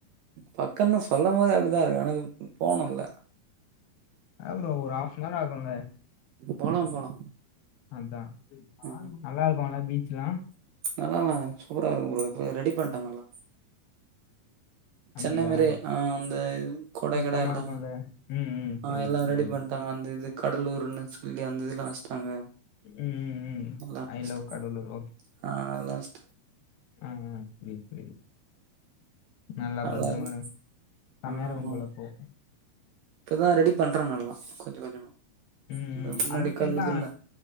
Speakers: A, on the right; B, on the left.
A: பக்கதா சொல்லுபோது அப்டித்தா இருக்கு எனக்கு போணும்ல்ல
B: ஆவு ப்ரோ ஒரு ஆஃபனவர் ஆகும்ல
A: போலா போலா
B: அதா
A: ஆ
B: நல்லாருக்குல்ல பீச்லா
A: நல்லால சூப்பரா இருக்கு ப்ரோ இப்ப ரெடி பண்ணிட்டாங்கலா
B: அப்டியா
A: சென்னை மாரியே ஆ அந்த கொட
B: சுத்தமா
A: கட எல்லாமே
B: இருக்குல்ல ம் ம் சரி
A: ஆ எல்லமே
B: ப்ரோ சரி
A: ரெடி
B: ப்ரோ
A: பண்ணிடாங்க அந்த இது கடலூர்ன்னு சொல்லி அந்த இதுல்லா வச்ட்டாங்க
B: ம் ம் ம்
A: அ எல்லா
B: ஐ
A: வச்டாங்க
B: லவ் கடலூர்
A: ஆ எல்லா வச்
B: அ புரிது புரிது நல்ல
A: நல்லாருக்கு
B: பத்ரம செம்மையா
A: ஆமா
B: இருக்கு போல அப்போ
A: இப்பதா ரெடி பண்றாங்க எல்லா கொஞ்ச கொஞ்சமா
B: ம்
A: இந்த
B: ம்
A: முன்னாடி
B: அந்த சைட்லா
A: கல்லு கில்லா